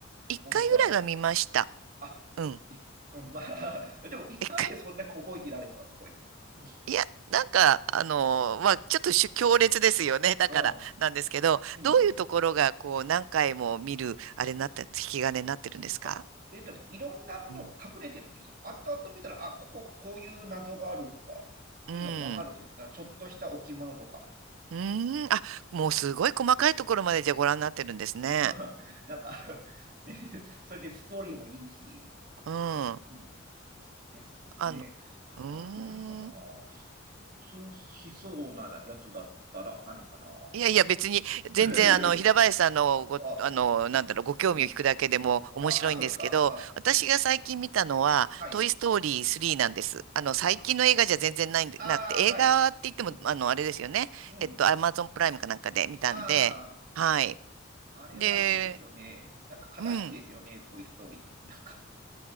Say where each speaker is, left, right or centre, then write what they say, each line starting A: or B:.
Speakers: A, on the right; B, on the right.
A: 一回ぐらいは見ました。
B: 大貫さんは。あ、
A: うん。
B: い、<laughs> うんまあ、<laughs> でも一回でそんな覚えていられるのはすごいです。
A: 一回いや、
B: <laughs>
A: なんか、あのーまあ、ちょっとしゅ強烈ですよね。だから、
B: うん
A: なんですけど、
B: うん。
A: どういうところが、こう、何回も見る、あれになって、引き金になってるんですか
B: あ、えっと、いろんなものが隠れてるんですよ。
A: うん
B: 後々見たら、あ、ここ、こういう謎があるとか、
A: うん。
B: いうのがわかるんですよ。ちょっとした置物とか。
A: うーん。あ、もうすごい細かいところまでじゃあご覧になってるんですね。
B: <laughs> なんか <laughs> ね、それでストーリーもいいし、
A: うん。あ
B: うん。ですね。
A: の、うーん。
B: 他には何かな共通しそうなやつだったら何かな
A: いやいや、別に、全然、
B: <laughs>
A: あの、平林さんの、ご、
B: あ、
A: あの、なんだろう、ご興味を聞くだけでも面白いんですけど、
B: うん。あ、あ、そうですか。あ、
A: 私が最近見たのは、
B: はい。
A: トイ・ストーリー3なんです。あの、最近の映画じゃ全然ないんで、
B: あ、あーはい。
A: なくて、映画って言っても、
B: うん、
A: あの、あれですよね。
B: うん。
A: えっと、アマゾンプライムかなんかで見たんで、
B: あ
A: はい。
B: あ、あれはいいですよね。
A: で、
B: なんか悲しいですよね、
A: うん、
B: トイ・ストーリーで。なんか、